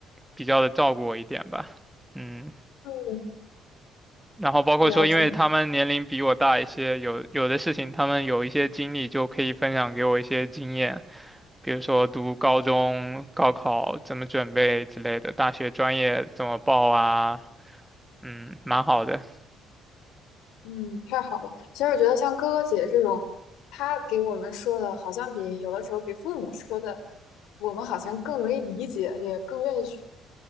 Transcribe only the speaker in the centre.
比较的照顾我一点吧，嗯，
然后包括说，
因为他们年龄比我大一些，有有的事情他们有一些经历就可以分享给我一些经验，比如说读高中、高考怎么准备之类的，大学专业怎么报啊，嗯，蛮好的。